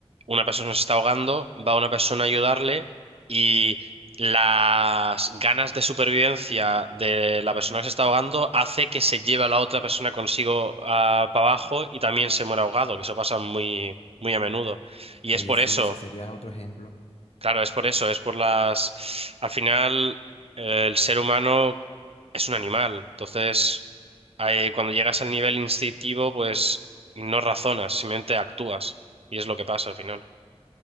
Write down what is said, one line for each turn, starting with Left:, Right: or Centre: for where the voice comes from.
Right: una persona se está ahogando, va una persona a ayudarle y las ganas de supervivencia de la persona que se está ahogando hace que se lleve a la otra persona consigo para abajo y también se muera ahogado, que eso pasa muy, muy a menudo. Y
Left: Oye,
Right: es por
Left: sí,
Right: eso.
Left: ese sería otro ejemplo.
Right: Claro, es por eso, es por las... Al final, eh, el ser humano es un animal, entonces ahí, cuando llegas al nivel instintivo, pues no razonas, simplemente actúas, y es lo que pasa al final.